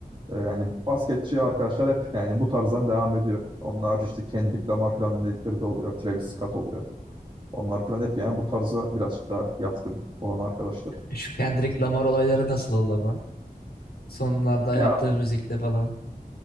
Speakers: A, on the right (about 30°); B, on the left (about 85°).
A: Ee, yani basketçi arkadaşlar hep yani bu tarzdan devam ediyor. Onun harici işte Kendrick Lamar falan dinledikleri de oluyor. Travis Scott oluyor. Onlar falan hep yani bu tarza biraz daha yatkın olan arkadaşlar.
B: şu Kendrick Lamar olayları nasıl oldu ama? Sonlarda
A: Ya
B: yaptığı müzikte falan.